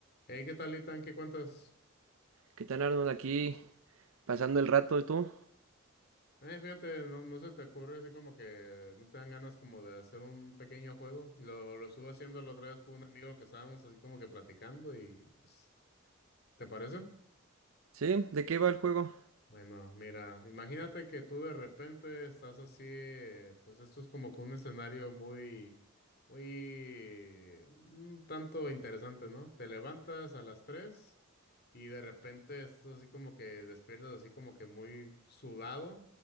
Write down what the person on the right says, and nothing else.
¿Qué tal, Arnold? Aquí pasando el rato, ¿y tú?
Sí, ¿de qué va el juego?